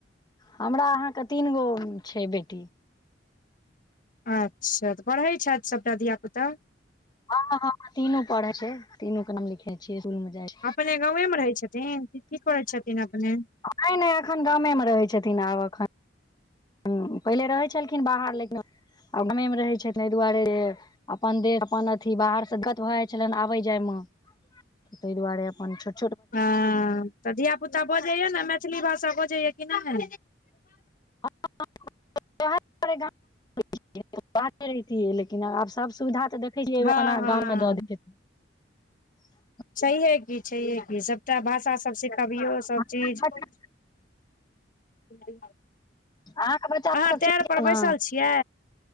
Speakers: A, on the left (about 25°); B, on the left (about 45°).
A: हमरा अहाँके तीन गो छै बेटी।
B: अच्छा तऽ पढ़ैत छथि सभटा धिय पुता।
A: हँ ह तीनू पढ़े छै तीनू के नाम लिखे छियै इसकूल मे जाय
B: अपने गावे मे रहै छथिन की करै छथिन अपने।
A: नहि नहि एखन गामे रहै छथिन आब एखन ह पहिले रहै छलखिन बाहर लेकिन आ गामेमे रहैत छथिन एहि दुआरे जे अपन देह अपन अथी बाहर से गत भए जाइ छलनि आबय जायमे तहि दआारे अपन छ
B: हँ तऽ धियापुता बजैए ने मैथिली भाषा बजैए कि नहि
A: <unintelligible> <unintelligible> लेकिन आब सभ सुविधा तऽ देखैत छियै
B: हँ
A: अपना
B: हँ
A: गाममे दऽ दोअलकाई <inaudible>
B: छैहे की छैे की सबटा भाषा सब सिखबियौ सब
A: अहाँके
B: चीज नहि <unintelligible>
A: आहाँ के बच्चा
B: अहाँ
A: सब
B: टैर
A: ठीक य
B: पर बैसल
A: ने
B: छियै